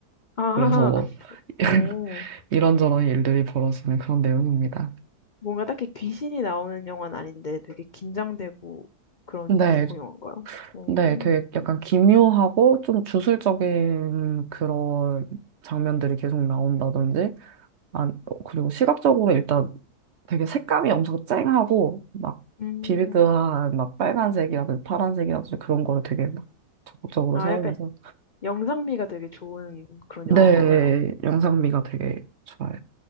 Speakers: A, on the left (about 80°); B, on the right (about 55°).
A: 아,
B: 그래서 <laughs>
A: 오.
B: 이런저런 일들이 벌어지는 그런 내용입니다.
A: 뭔가 딱히 귀신이 나오는 영화는 아닌데 되게 긴장되고 그런
B: 네,
A: 공포 영화인가요? 오.
B: 네, 되게 약간 기묘하고 좀 주술적인 그런 장면들이 계속 나온다든지, 아, 그리고 시각적으로 일단 되게 색감이 엄청 쨍하고, 막
A: 음.
B: 비비드한 막 빨간색이라든지 파란색이라든지 그런 거를 되게 막 적극적으로
A: 아,
B: 사용해서,
A: 약간 영상미가 되게 좋은 그런
B: 네,
A: 영화인가 봐요.
B: 영상미가 되게 좋아요.